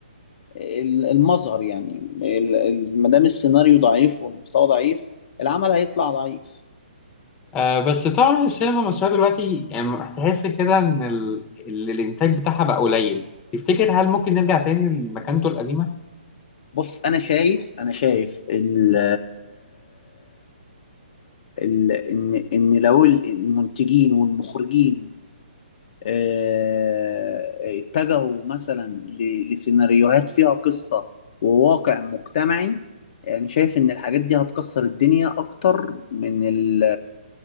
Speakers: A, on the left; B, on the left.
A: ال- المظهر يعني ال- ال- ما دام السيناريو ضعيف والمحتوى ضعيف العمل هيطلع ضعيف
B: آه بس طبعا السينما المصرية دلوقتي يعني هتحس كده ان ال... ال- الإنتاج بتاعها بقى قليل تفتكر هل ممكن نرجع تاني لمكانته القديمة
A: بص انا شايف انا شايف ال ال ان ان لو المنتجين والمخرجين آه، اتجهوا مثلا ل- لسيناريوهات فيها قصة وواقع مجتمعي يعني شايف ان الحاجات دي هتكسر الدنيا اكتر من ال